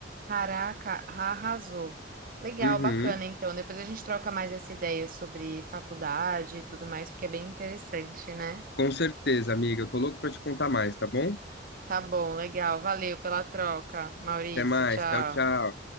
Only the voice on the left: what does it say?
Uhum.
Com certeza, amiga. Eu tô louco para te contar mais, tá bom?
Até mais.
Tchau, tchau.